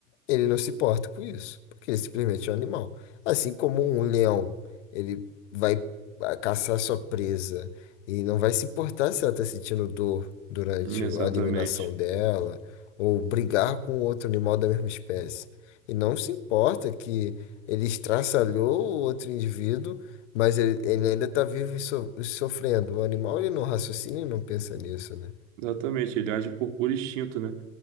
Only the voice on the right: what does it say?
Exatamente.
Exatamente. Ele age por puro instinto, né?